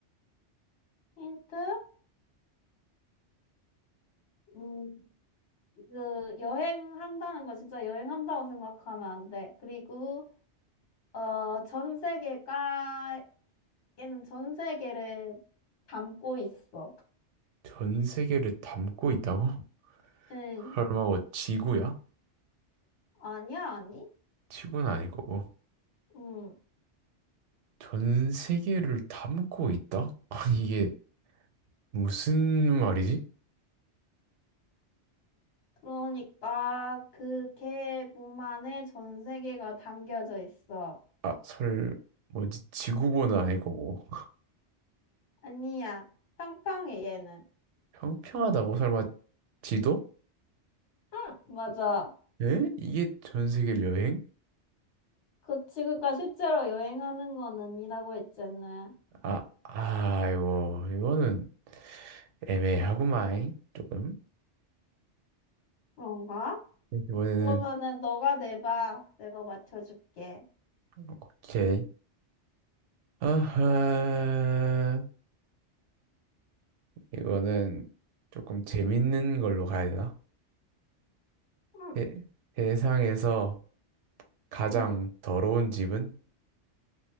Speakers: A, on the left; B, on the right.
A: 힌트? 음, 그, 여행한다는 거 진짜 여행한다고 생각하면 안 돼. 그리고, 어, 전 세계가, 얘는 전 세계를 담고 있어.
B: 전 세계를 담고 있다고? <laughs>
A: 응,
B: 설마 뭐 지구야?
A: 아니야, 아니?
B: 지구는 아닐 거고.
A: 응,
B: 전 세계를 담고 있다? <laughs> 아니 이게 무슨 말이지?
A: 그러니까, 그, 개 몸 안에 전 세계가 담겨져 있어.
B: 아, 설 뭐지? 지구본은 아닐 거고.
A: 아니야. 평평해, 얘는.
B: 평평하다고 설마 지도?
A: 응, 맞아.
B: 에? 이게 전 세계 여행?
A: 그 지구가 실제로 여행하는 건 아니라고 했잖아.
B: 아, 아이고 이거는 애매하구만 조금.
A: 그런가?
B: 이번에는
A: 그러면은 너가 내봐. 내가 맞춰줄게.
B: 오케이. 아하. 이거는 조금 재밌는 걸로 가야 되나?
A: 응,
B: 세, 세상에서 가장
A: 응.
B: 더러운 집은?